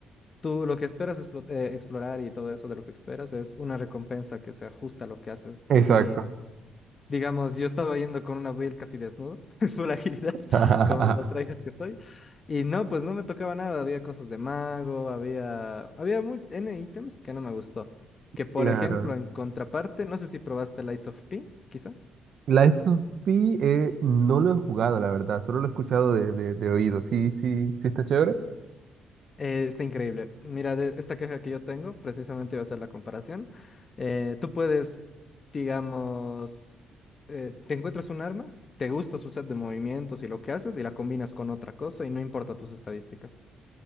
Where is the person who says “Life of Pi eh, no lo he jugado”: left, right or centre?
Right